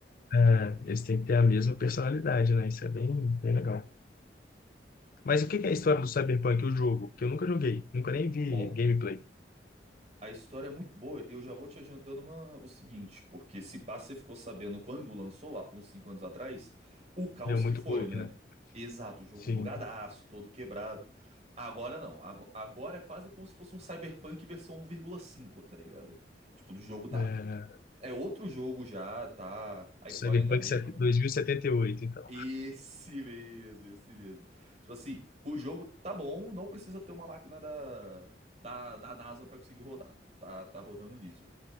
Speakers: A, on the left; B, on the right.
A: ah, eles têm que ter a mesma personalidade, né? Isso é bem, bem legal. Mas o que que é a história do Cyberpunk, o jogo? Que eu nunca joguei, nunca nem vi
B: Ó,
A: gameplay.
B: A história é muito boa, eu já vou te adiantando uma- o seguinte, porque se pá, você ficou sabendo quando lançou lá, por uns 5 anos atrás, o caos
A: Deu
B: que
A: muito
B: foi,
A: bug,
B: né?
A: né?
B: Exato, o jogo
A: Sim.
B: bugadaço, todo quebrado. Agora não, ago- agora é quase como se fosse um Cyberpunk versão 1,5, tá ligado? Tipo, do jogo tá.
A: É,
B: É outro jogo já, tá. A história
A: Cyberpunk
B: ainda é a mesma.
A: set- 2078, então.
B: Esse mesmo, esse mesmo. Tipo assim, o jogo tá bom, não precisa ter uma máquina da, da, da NASA pra conseguir rodar. Tá, tá rodando liso.